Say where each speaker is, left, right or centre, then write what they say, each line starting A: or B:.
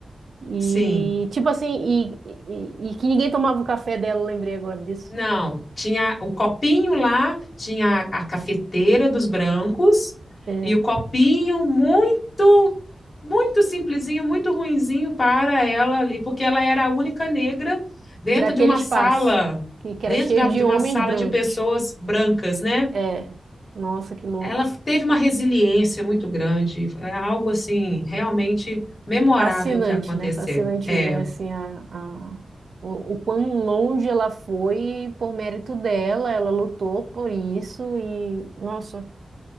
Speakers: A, on the right (about 70°); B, on the left (about 35°).
A: E
B: sim.
A: tipo assim, e, e- e que ninguém tomava o café dela, eu lembrei agora disso.
B: Não, tinha o copinho lá, tinha a, a cafeteira dos brancos
A: É,
B: e o copinho muito, muito simplesinho, muito ruinzinho para ela ali, porque ela era a única negra dentro
A: daquele
B: de uma
A: espaço
B: sala,
A: que, que
B: dentro
A: era cheio
B: da- de
A: de homens
B: uma sala
A: brancos.
B: de pessoas brancas, né?
A: É, nossa, que louco.
B: Ela teve uma resiliência muito grande, é algo assim realmente memorável
A: Fascinante,
B: que aconteceu.
A: né? Fascinante
B: É,
A: ver assim a, a- o, o quão longe ela foi por mérito dela, ela lutou por isso e nossa,